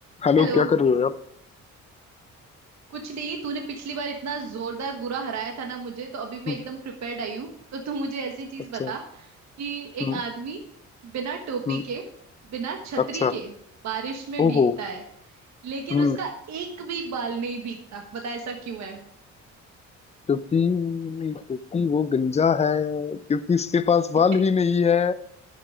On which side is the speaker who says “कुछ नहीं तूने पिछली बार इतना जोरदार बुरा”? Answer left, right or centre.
Right